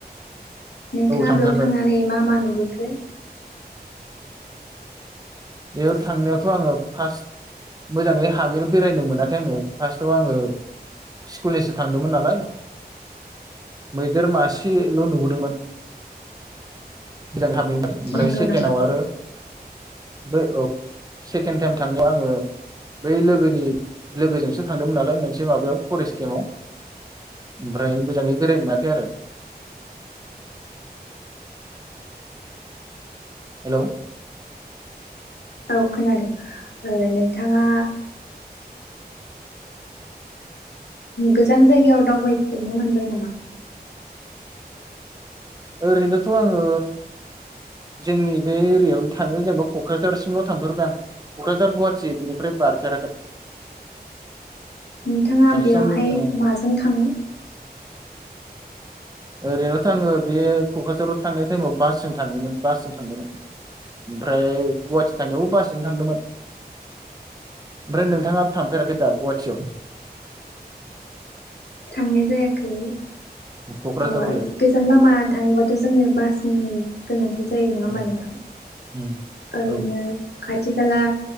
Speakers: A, on the left; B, on the right.
A: नोंथाङा
B: औ थांफेरबाय
A: बेयाव थांनानै मा मा नुबोखो।
B: बेयाव थांनायावथ' आङो फार्स्ट मोजाङै हाबैनो बेरायनो मोनाखै आङो फार्स्टआव आङो स्कुलनिसो थांदोंमोन नालाय मैदेर मासेल' नुबोदोंमोन मोजां हाब बाखै ओमफ्राय
A: नंगौ
B: सेकेनाव
A: नामा
B: आरो बो औ सेकेणड टाइम थांनायाव आङो बै लोगोनि लोगोजोंसो थांदोंमोन नालाय मोनसे माबायाव फरेस्ट केम्पआव ओमफ्राय मोजाङै बेरायनो मोनाखै आरो। हेलौ
A: औ खोनादों ओ नोंथाङा गोजान जायगायाव दावबायफेरनो मोनबाय नामा?
B: ओरैनोथ आङो जोंनि बे एरियायावनो थाङो जेनेबा कक्राझारसिमल' थांफेरबाय आं कक्राझार गुवाहाटि बेनिफ्राय बारफेराखै।
A: नोंथाङा
B: बांसिनानो
A: बेवहाय
B: ओ
A: माजों थाङो?
B: ओरैनोथ' आङो बे कक्राझाराव थांनाय टाइमाव बासजों थाङोमोन बासजों थांदोंमोन ओमफ्राय गुवाहाटि थांनायावबो बासजोंनो थांदोंमोन। ओमफ्राय नोंथाङा थांफेराखै दा गुवाहाटियाव?
A: थांनाय जायाखै।
B: क'क्राझारावलाय
A: अ गोजान लामा थाङोबाथ' जोंनि बासनि गोनां थि जायो नङा होमा
B: उम
A: नोंथां
B: उम
A: ओरैनो
B: औ
A: खाथि खाला